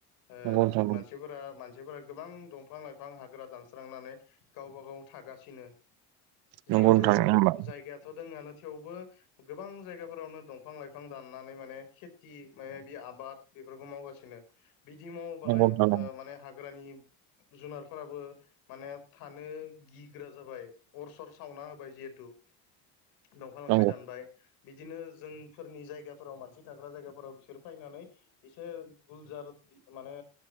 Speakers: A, on the left (about 70°); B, on the right (about 80°).
A: ओ
B: नंगौ नोंथां
A: मानसिफोरा मानसिफोरा गोबां दंफां लाइफां हाग्रा दानस्रांनानै गावबा गाव थागासिनो
B: नंगौ नोंथां नंगौ
A: जिहेथु
B: नोंथां होमबा
A: जायगायाथ' दङङानो थेवबो गोबां जायगाफोरावनो दंफां लाइफां दाननानै माने खेथि माने बे आबाद बेफोरखौ मावगासिनो बिदि मावोबालाय
B: नंगौ
A: ओ
B: नोंथां
A: माने हाग्रानि जुनारफोराबो माने थानो गिग्रा जाबाय अर सर सावना होबाय जिहेथु दंफां लाइफाय
B: नंगौ
A: दानबाय बिदिनो जोंफोरनि जायगाफोराव मानसि थाग्रा जायगाफोराव बिसोर फैनानै एसे गुलजार माने